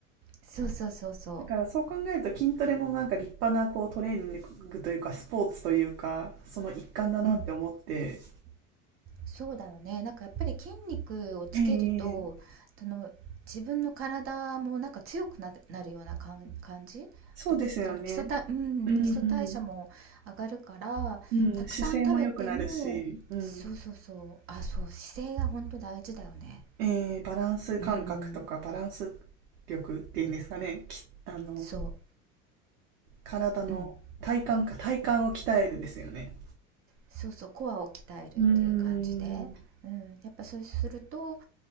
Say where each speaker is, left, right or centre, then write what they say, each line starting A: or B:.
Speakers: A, on the right; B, on the right.
A: そうそうそうそ
B: だからそう考えると筋トレもなんか立派なこうトレーニングというかスポーツというか、その一環だなって思って。
A: ううんそうだよねなんかやっぱり筋肉をつけるとその自分の体もなんか強くななるような感感じあときその基礎代、
B: ええそうですよね。
A: うん、
B: うん、うん、
A: 基礎代謝も上がるからたくさん食べてもそうそうそうあそう姿勢が本当大事だよね
B: うん姿勢も良くなるし、うん、えー、バランス感覚とかバランス力っていうんですかね、
A: うん
B: き、あの、
A: そ
B: 体の体幹か、
A: ううん
B: 体幹を鍛えるですよね。
A: そうそうコアを鍛えるっていう感じで、
B: うーん。
A: うん、やっぱそうすると、